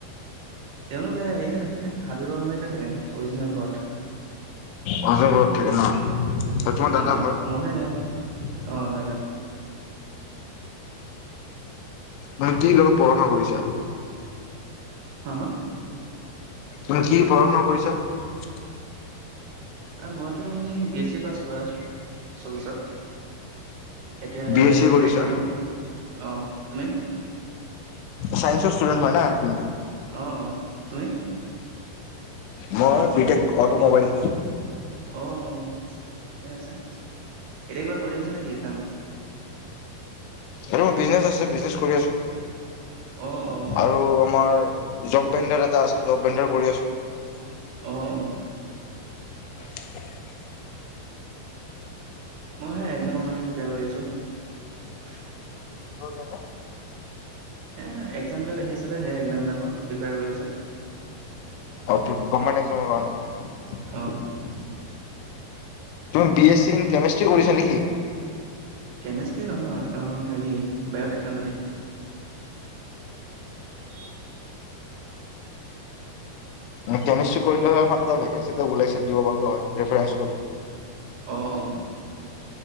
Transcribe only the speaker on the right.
তেওঁলোকে হেৰিতে থাকে হাবিৰ ৰঙাবাৰীতে থাকে । অৰিজিনেল ঘৰত
অ
মইহে
অ দাদা ।
হা হা
মইতো বি এছ চি পাছ কৰা চৌবিশত এতিয়া সে
একজামৰ অ তুমি
অ অ তুমি?
অ অ ঠিকে আছে এতিয়া কিবা কৰি আছে নেকি কাম?
অ অ
আহ অ ।
মই সে একজামৰ কাৰণে প্ৰিপেয়াৰ কৰি আছো ।
স একজাম বিলাক আহি আছে যে সেই একজাম বিলাকৰ প্ৰিপেয়াৰ কৰি আছো।
অ
কেমেষ্টি নহয় অ হেৰি। বায়'টেকনলজি। উম <unintelligible>
অ অ।